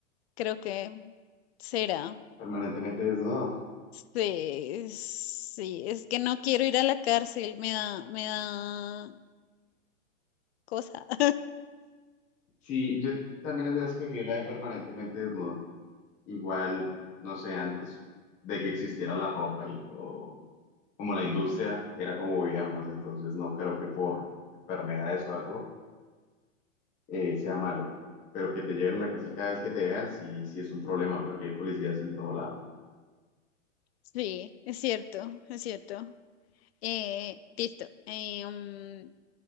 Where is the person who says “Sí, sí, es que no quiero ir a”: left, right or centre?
Left